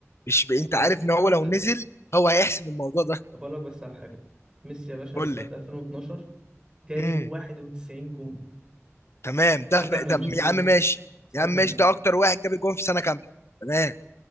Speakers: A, on the left; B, on the right.
A: مش ب... انت
B: يا
A: عارف
B: عم ثانيه
A: ان هو
B: واحده
A: لو نزل هو هيحسم الموضوع ده
B: بقول لك بس على حاجه ميسي يا باشا
A: قول
B: سنه
A: لي
B: 2012 جايب
A: امم
B: 91 جون
A: تمام ده
B: سنه كامله
A: ده
B: مش في موسم
A: يا عم ماشي
B: سنه
A: يا عم
B: كامله
A: ماشي ده اكتر واحد جاب جون في سنة كاملة تمام